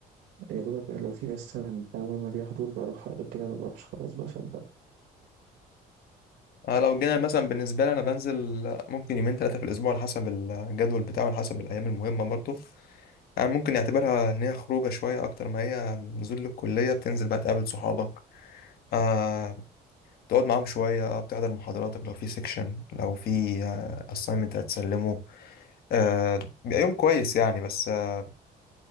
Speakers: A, on the right; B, on the left.
A: يا دوبك لو في مثلا حاجة مهمة فيها حضور بروح غير كده ما بروحش خلاص بقى فاهم
B: انا لو جينا مثلا بالنسبه لي انا بنزل ممكن يومين ثلاثه في الاسبوع على حسب الجدول بتاعه على حسب الايام المهمه برضه يعني ممكن نعتبرها ان هي خروجه شويه اكتر ما هي نزول للكليه بتنزل بقى تقابل صحابك آه تقعد معاهم شويه بتحضر محاضراتك لو في سيكشن لو في اساينمنت هتسلمه آه بيبقى يوم كويس يعني بس آه